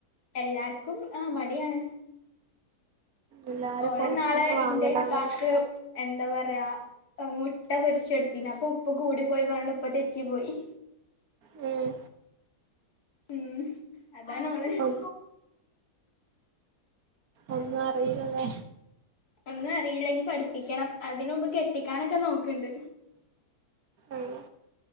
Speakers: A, on the left (about 65°); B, on the right (about 65°).
A: എല്ലാർക്കും ആഹ് മടിയാണ്
B: എല്ലാരും
A: ഓള്
B: പൊറത്തുന്ന്
A: ഇന്നാള്
B: വാങ്ങലാണല്ലോ
A: ഇൻ്റെ ഇത്താക്ക് - എന്താ പറയാ മുട്ട പൊരിച്ചെടുത്തിനപ്പൊ ഉപ്പ് കൂടി പോയി പറഞ്ഞണ്ട് ഉപ്പ തെറ്റി പോയി
B: ഉം
A: ഉം അതാണ് അവള് -
B: ഒ ഒന്നും അറിയിലല്ലേ
A: ഒന്നും അറിയില്ലങ്കി പഠിപ്പിക്കണം അതിനുമുമ്പ് കെട്ടിക്കാനൊക്കെ നോക്കണ്ട്
B: ആഹ്